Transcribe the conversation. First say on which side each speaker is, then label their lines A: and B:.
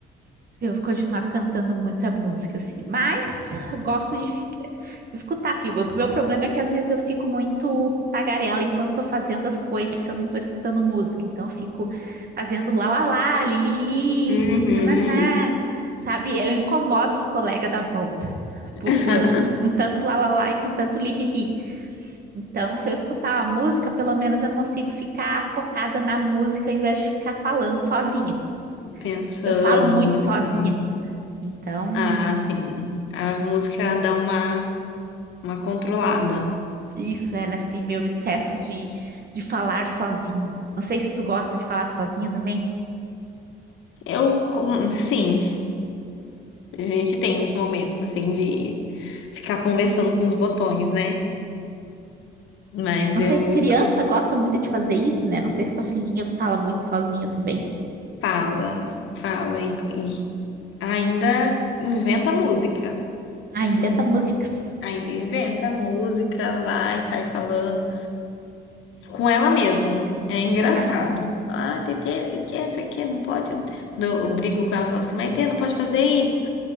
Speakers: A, on the right (about 50°); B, on the left (about 85°).
A: Se eu continuar cantando muita música, assim. Mas gosto de, fi- de escutar, assim. O meu meu problema é que às vezes eu fico muito tagarela enquanto tô fazendo as coisas, se eu não tô escutando música. Então eu fico fazendo lá, lá, lá, li, li,
B: Uhum.
A: li, nananá, sabe? Eu incomodo os colegas da volta
B: <laughs>
A: por- com, com tanto lá, lá, lá e com tanto li, li, li. Então, se eu escutar a música, pelo menos eu consigo ficar focada na música ao invés de ficar falando sozinha.
B: Pensando,
A: Eu falo muito
B: né?
A: sozinha. Então,
B: Ah, sim. A música dá uma, uma controlada.
A: Isso era assim, meu excesso de, de falar sozinho. Não sei se tu gosta de falar sozinha também.
B: Eu, com- sim, a gente tem uns momentos assim de ficar conversando com os botões, né? Mas
A: Não sei,
B: eu
A: criança gosta muito de fazer isso, né? Não sei se tua filhinha fala muito sozinha também.
B: fala, fala e, e ainda inventa música.
A: Ah, inventa
B: Uhum.
A: músicas.
B: Ainda inventa música, vai, sai falando com ela mesmo. É engraçado.
A: Ah,
B: Ah, Tetê, não sei o que, não sei o que, não pode. Quando eu brigo com ela, eu falo assim, mas Tetê, não pode fazer isso.